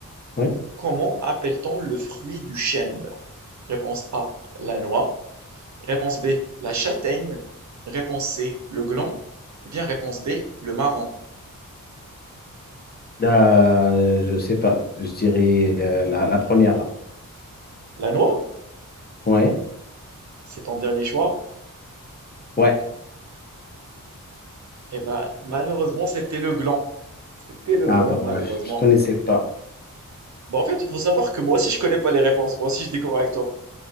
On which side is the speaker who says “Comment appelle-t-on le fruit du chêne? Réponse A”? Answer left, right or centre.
Right